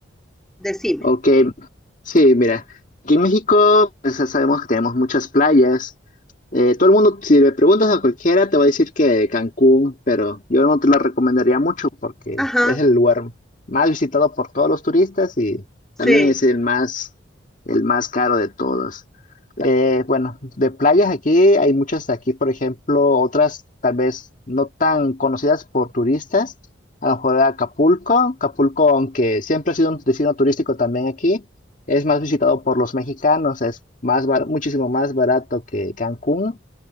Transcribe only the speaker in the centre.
Decime.
Ajá,
sí.